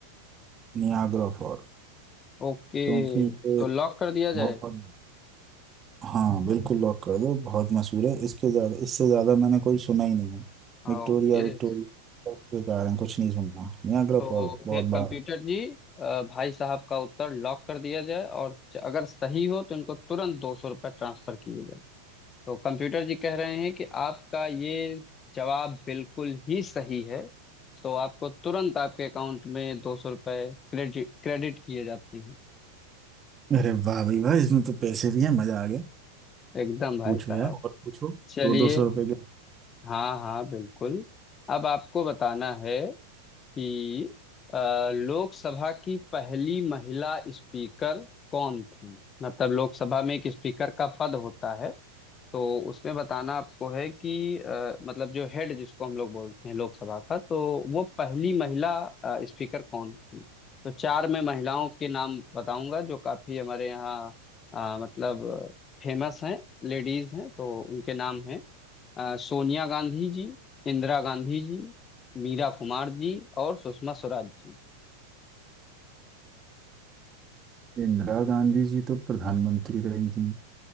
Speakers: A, on the right (about 25°); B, on the left (about 25°).
A: नियाग्रा फॉल
B: ओके
A: क्योंकि ये
B: तो लॉक कर दिया
A: बहुत
B: जाए
A: हाँ बिल्कुल लॉक कर दो बहुत मशहूर है इसके ज्यादा इससे ज्यादा मैंने कोई सुना ही नहीं है
B: हाँ,
A: विक्टोरिया
B: ओके
A: विक्टोरिया सब बेकार है कुछ नहीं सुनना नियाग्रा
B: तो
A: फॉल बहुत
B: फिर
A: बड़ा
B: कंप्यूटर जी अ, भाई साहब का उत्तर लॉक कर दिया जाए और अगर सही हो तो इनको तुरंत दो सौ रुपये ट्रांसफर किए जाए तो कंप्यूटर जी कह रहे हैं कि आपका ये जवाब बिल्कुल ही सही है तो आपको तुरंत आपके अकाउंट में दो सौ रुपये क्रेडिट क्रेडिट किए जाते हैं
A: अरे वाह भाई वाह इसमें तो पैसे भी हैं मजा आ गया
B: एकदम भाई
A: पूछो
B: साहब
A: यार और पूछो दो
B: चलिए
A: दो सौ रुपए के
B: हाँ हाँ बिल्कुल अब आपको बताना है कि अ, लोकसभा की पहली महिला स्पीकर कौन थी मतलब लोकसभा में एक स्पीकर का पद होता है तो उसमें बताना आपको है कि अ, मतलब जो हेड जिसको हम लोग बोलते हैं लोकसभा का तो वो पहली महिला अ, स्पीकर कौन थी तो चार मैं महिलाओं के नाम बताऊंगा जो काफी हमारे यहाँ अ, मतलब फेमस हैं लेडीज हैं तो उनके नाम हैं अ, सोनिया गांधी जी इंदिरा गांधी जी मीरा कुमार जी और सुषमा स्वराज जी
A: इंदिरा गांधी जी तो प्रधानमंत्री रही थी